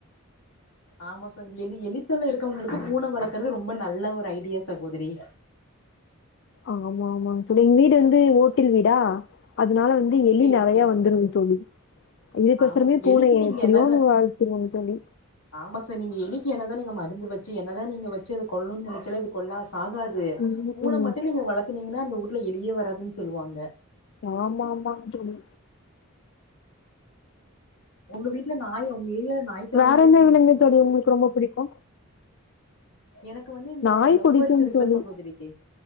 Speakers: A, on the left; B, on the left.
A: ஆமா சந் எலி எலித்தொல்ல இருக்கோங்களுக்கு பூன வளக்குறது ரொம்ப நல்ல ஒரு ஐடியா சகோதிரி <inaudible>
B: ஆமாமாங் தோழி எங் வீடு வந்து ஓட்டில் வீடா அதனால வந்து எலி
A: சேரி
B: நெறயா
A: சேரிங்க
B: வந்துருது
A: சகோதரி
B: தோழி இதுக்கொசரமே
A: ஆமா
B: பூனய
A: எலிக்கு நீங்க
B: எப்டியாவது
A: என்னது
B: வள்த்துருவேங் தோழி
A: ஆமா ச நீங்க எலிக்கு என்னதா நீங்க மருந்து வச்சு என்னதா நீங்க வச்சு அத கொள்னுன் நெனச்சாலு அது கொல்லாஸ் சாகாது
B: ம்,
A: பூன
B: ம்.
A: மட்டு நீங்க வளத்துனீங்கனா அந்த வூட்ல எலியே வராதுன் சொல்வாங்க
B: ஆமாமாங் தோழி
A: ஒங்க வீட்ல நாய் ஒங்க ஏரியால நாய் தொல்லலா
B: வேறெந்த
A: இருக்குங்களா
B: விலங்கு
A: சகோதரி
B: தோழி ஒங்ளுக்கு ரொம்ப புடிக்கு
A: எனக்கு வந்து இந்த
B: நாய்
A: லவ்
B: புடிக்குங்
A: பேர்ட்ஸ் இருக்குல
B: தோழி
A: சகோதரி